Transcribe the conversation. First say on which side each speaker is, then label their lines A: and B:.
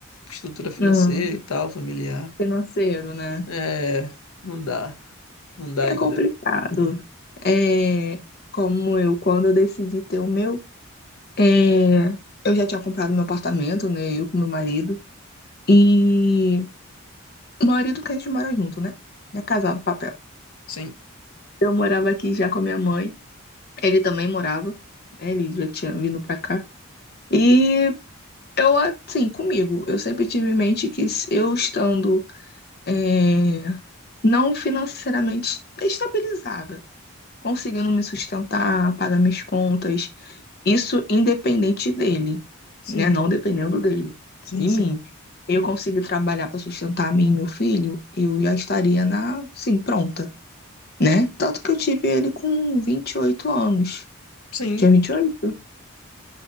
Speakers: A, on the left; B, on the left.
A: Estrutura financeira
B: Hum,
A: e tal, familiar.
B: financeiro, né?
A: É, Não dá. Não dá
B: É
A: ainda.
B: complicado. É, como eu, quando eu decidi ter o meu, é, eu já tinha comprado meu apartamento, né? Eu com meu marido. E o marido que a gente mora junto, né? É casado, papel.
A: Sim,
B: Eu morava aqui já com a minha mãe. Ele também morava. né, Ele já tinha vindo pra cá. E eu, assim, comigo, eu sempre tive em mente que se eu estando, é, não financeiramente estabilizada conseguindo me sustentar, pagar minhas contas. Isso independente dele,
A: sim,
B: né? Não dependendo dele,
A: sim,
B: de
A: sim.
B: mim. Eu consegui trabalhar para sustentar a mim e meu filho, eu já estaria na, sim, pronta, né? Tanto que eu tive ele com 28 anos.
A: Sim.
B: Tinha 28?